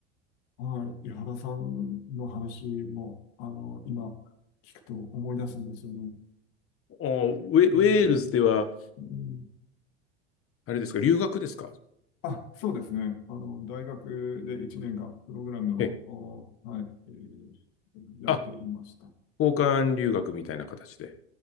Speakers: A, on the left; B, on the left.
A: はい。井原さんの話も、あの、今、聞くと思い出すんですよね。
B: お、ウェ、
A: うん、
B: ウェールズでは、
A: うん
B: あれですか、留学ですか
A: あ、そうですね。あの、大学で1年間、プログラムを、
B: ええ、
A: おはい、えーやっていました。
B: あ、交換留学みたいな形で。